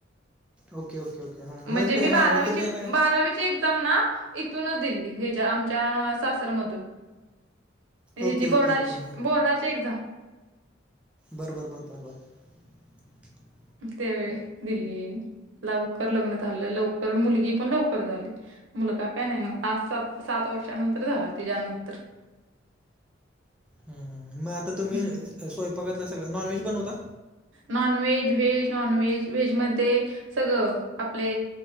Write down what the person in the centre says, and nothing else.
ओके ओके ओके हां
मग
ते हां
मग तुम्ही आता
ओके ओके
ओके हां
बरं बरं बरं बरं बरं. <inaudible>
हम्म हम्म मग आता तुम्ही
स्वयंपाकातला सगळं नॉनव्हेज बनवता?